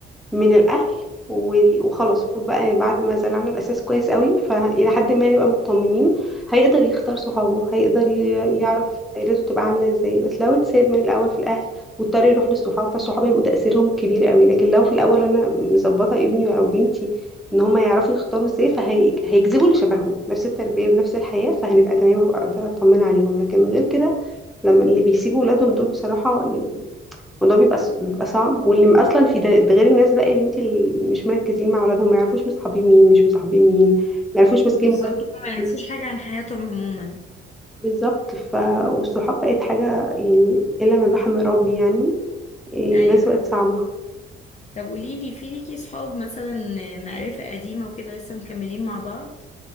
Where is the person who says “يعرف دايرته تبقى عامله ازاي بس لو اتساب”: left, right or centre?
Centre